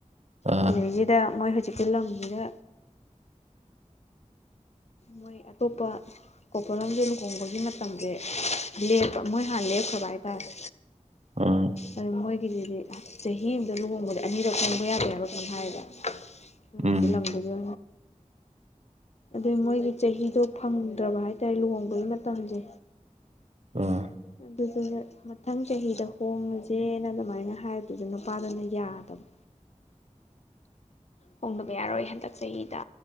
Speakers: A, on the right; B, on the left.
A: ꯑꯥ
B: ꯁꯤꯗꯩꯁꯤꯗ ꯃꯣꯏ ꯍꯧꯖꯤꯛꯀꯤ ꯂꯝꯁꯤꯗ ꯃꯣꯏ ꯑꯇꯣꯞꯄ ꯀꯣꯄꯣꯜꯂꯝꯗꯦ ꯂꯨꯍꯣꯡꯕꯒꯤ ꯃꯇꯝꯁꯦ ꯂꯦꯞꯄ ꯃꯣꯏ ꯍꯥꯟꯅ ꯂꯦꯞꯈ꯭ꯔꯕ ꯍꯥꯏꯇꯥꯥꯔꯦ
A: ꯑꯥ
B: ꯑꯗꯨ ꯃꯣꯏꯒꯤꯗꯨꯗꯤ ꯆꯍꯤ ꯑꯃꯗ ꯂꯨꯍꯣꯡꯕꯗꯤ ꯑꯅꯤꯔꯛ ꯈꯣꯡꯕ ꯌꯥꯗꯦꯕ ꯀꯩꯅꯣ ꯍꯥꯏꯕ ꯍꯧꯖꯤꯛꯀꯤ
A: ꯎꯝ
B: ꯂꯝꯗꯨꯗ ꯑꯗꯨ ꯃꯣꯏꯒꯤ ꯆꯍꯤꯗꯣ ꯐꯪꯗ꯭ꯔꯕ ꯍꯥꯏꯇꯥꯔꯦ ꯂꯨꯍꯣꯡꯕꯒꯤ ꯃꯇꯝꯁꯦ
A: ꯑꯥ
B: ꯑꯗꯨꯗꯨꯅ ꯃꯊꯪ ꯆꯍꯤꯗ ꯍꯣꯡꯉꯁꯦꯅ ꯑꯗꯨꯃꯥꯏꯅ ꯍꯥꯏꯕꯗꯨꯗ ꯅꯨꯄꯥꯗꯨꯅ ꯌꯥꯗꯕ
A: <inaudible>
B: ꯍꯣꯡꯗꯕ ꯌꯥꯔꯣꯏ ꯍꯟꯗꯛ ꯆꯍꯤꯇ